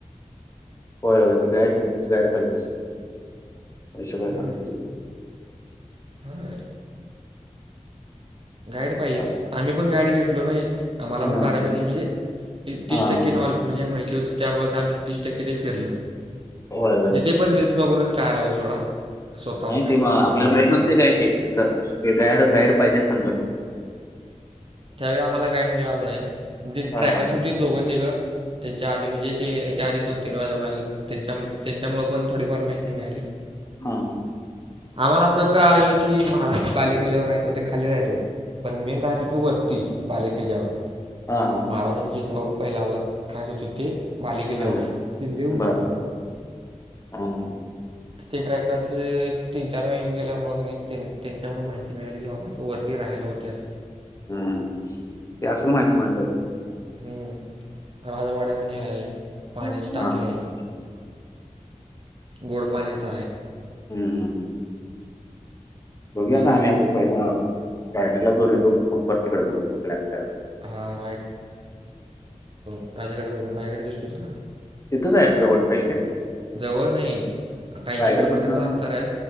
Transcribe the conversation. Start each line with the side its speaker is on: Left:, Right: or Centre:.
Left: होय होय ते <unintelligible> गाड नगतेच गाड पाहिजेच. अशबा
Right: हम्म.
Left: खान <unintelligible>
Right: होय गाईड पाहिजे
Left: हा
Right: आम्ही पण गाईडी
Left: हा
Right: घेतलो नाही आम्हाला पण
Left: हा
Right: बारा पैकीेज म्हणजे
Left: हा.
Right: तीस टक्के नॉल म्हणजे माहि ती त्यामुळे आम्ही तीस टक्के ते फिरल
Left: होय होय
Right: तिथे पण रीलल्स बघून च कायलल सोडा. स्वतःहून
Left: नाही
Right: काय
Left: ते
Right: असं
Left: मग
Right: माहिती
Left: आपल्याला
Right: गोळा
Left: मिळत
Right: केलं.
Left: नसते काय ते तिथलं गायड
Right: हं.
Left: गाईड पाहिजे सांगत.
Right: त्यावेळी आम्हाला गाईड मिळाला नाही म्हणजे
Left: हा
Right: ट्रॅकर्स
Left: हा
Right: होती दोघं तिघ त्यांच्या आधी म्हणजे ते याच्या आधी दोन, तीन, वेळा जाऊन आले त्यांच्यामु त्यांच्यामुळं पण थोडीफार माहिती मिळाली.
Left: हा हा.
Right: आम्हाला असं काळ आलेलं की महाराष्ट्र बाले किल्ल्यावर, राहत ते खाली राहत होते पण मेन राहत होते वर. ती बालेकिल्ल्यावर
Left: हा हा
Right: महाराजांन जिजाऊ पहिला खायच होती ते. बाले किल्ल्यावर
Left: हां हां
Right: किल्ले उंचावर
Left: बरं बरं
Right: हाय.
Left: हां हां
Right: ते ट्रॅकर्स एक तीन, चार, वेळा येऊन गेल्यामुळे की नाही त्यांन त्यांच्यामुळे माहिती मिळाली की बाबा असं वर ते राहायला होते असं.
Left: हम्म ते असेल माहिती <unintelligible> म्हणूनच
Right: हम्म राजवाड्यामनी आहे. पाण्याची
Left: हम्
Right: टाके आहेत
Left: <unintelligible>
Right: गोड पाण्याचा आहे.
Left: हम्म हम्म. बघू
Right: भारी
Left: आता
Right: आहे
Left: आम्ही
Right: सर
Left: आता पहिला रायगडला जाऊन येतो. मग परत तिकडेच बुक <unintelligible>
Right: हा राजगडा वरून रायगड दिसतोस ना,
Left: तिथंच आहे जवळच नाही काय <unintelligible>
Right: जवळ नाही ऐंशी
Left: रायगडपासनं
Right: किलोमीटरच, अंतर आहे